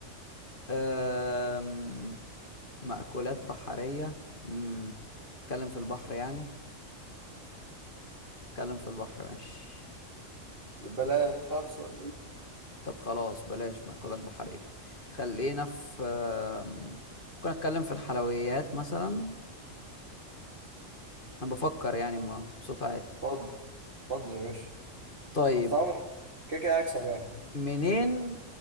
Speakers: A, on the left; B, on the right.
A: أم... مأكولات بحريه امم اتكلم في البحر يعني اتكلم في البحر ماشي
B: بلاش هخسر
A: طب خلاص بلاش مأكولات بحريه خلينا في أم، ممكن اتكلم في الحلويات مثلا انا بفكر يعني ما بصوت عالي
B: اتفضل اتفضل يا باشا
A: طيب
B: تحت امرك كده كده هكسب يعني
A: منين